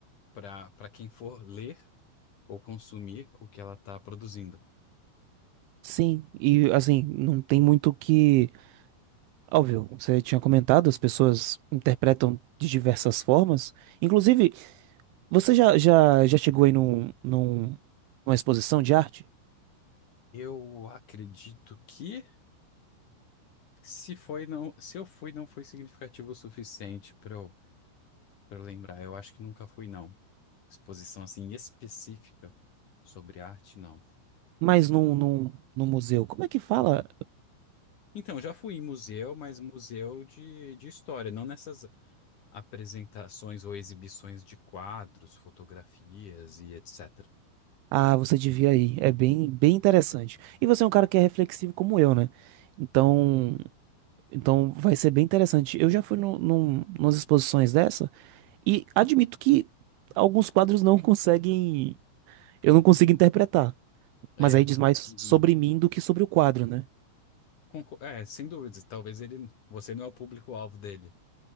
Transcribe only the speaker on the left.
para para quem for ler ou consumir o que ela está produzindo.
Eu acredito que se foi não, se eu fui não foi significativo o suficiente para eu, para eu lembrar. Eu acho que nunca fui não. Exposição assim específica sobre arte, não.
Então, já fui em museu, mas museu de, de história, não nessas apresentações ou exibições de quadros, fotografias e etc.
É.
uhum.
Conco- É, sem dúvidas. Talvez ele, você não é o público-alvo dele.